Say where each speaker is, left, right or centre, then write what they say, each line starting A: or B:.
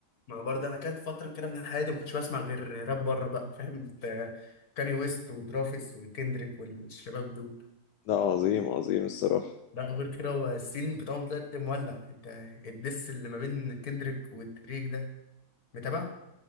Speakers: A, on the left; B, on the left.
A: ما برضه انا كانت فتره كده من حياتي ما كنتش بسمع غير راب بره بقى فاهم ت- كاني ويست وترافيس وكندريك والشباب دول
B: لا عظيم عظيم الصراحة
A: لا غير كده هو السين بتاعهم دلوقتي مولع انت الدس اللي ما بين كندريك وتريك ده متابع